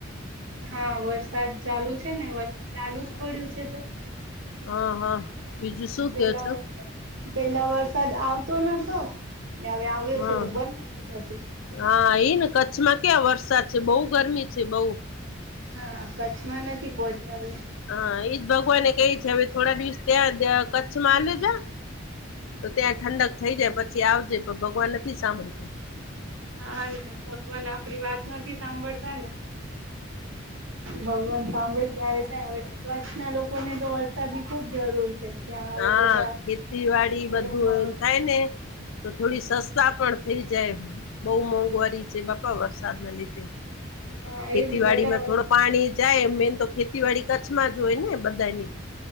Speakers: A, on the right; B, on the left.
A: હા વરસાદ ચાલુ છે ને વરસાદ ચાલુ જ પડ્યું છે.
B: હા હા, બીજું શું
A: પેલા
B: કે છો?
A: પેલા વરસાદ આવતો નતો, ને હવે આવ્યો
B: હા
A: છે તો બલેખીધ
B: હા એ ને કચ્છમાં ક્યા વરસાદ છે બહુ ગરમી છે બઉ.
A: હા કચ્છમાં નથી પહોંચાડે.
B: હા એજ ભગવાને કઈ છે હવે થોડા દિવસ ત્યાં કચ્છમાં આ્યું છે. તો ત્યાં ઠંડક થઈ જાય પછી આવજે પણ ભગવાન નથી સાંભળતો.
A: હા ને ભગવાન આપડી વાત નથી સાંભળતા ને.
B: હ <unintelligible>
A: ભગવાન સાંભળે ત્યારે થાય હવે કચ્છના લોકોને તો વરસાદ ની ખુબ જરૂર છે. ત્યાં હવે
B: હા,
A: બધા
B: ખેતીવાડી
A: ખેતરોમાં
B: બધું એમ થાય ને. તો થોડી સસ્તા પણ થઇ જાય, બહુ મોંઘવારી છે બાપા વરસાદના લીધે.
A: હા
B: ખેતીવાડી
A: એજ ને બધા
B: માં થોડો. પાણી જાય મેન તો ખેતીવાડી કચ્છમાં જ હોય ને બધાની.